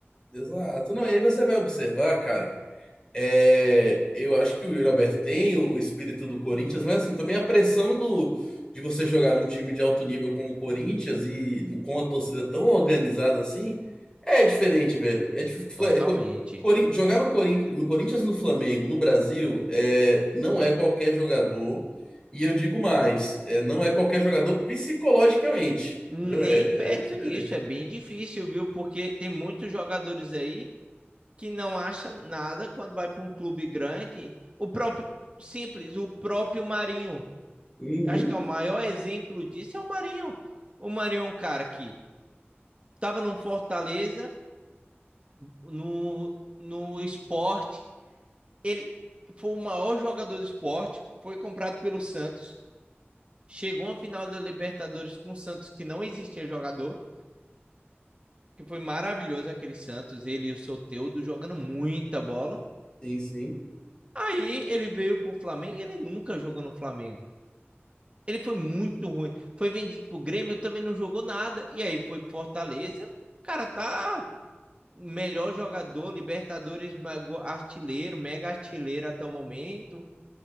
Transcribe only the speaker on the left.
Exato. Não, e aí você vai observar, cara. É, eu acho que o Yuri Alberto tem o, o espírito do Corinthians, mas assim, também a pressão do, de você jogar num time de alto nível como o Corinthians e com a torcida tão organizada assim, é diferente, velho. É, dif-
é co- Corin- jogar no, Corin- no Corinthians e no Flamengo, no Brasil, é, não é qualquer jogador, e eu digo mais, é, não é qualquer jogador psicologicamente,
entendeu? É,
é diferente.
Uhum,
sim, sim.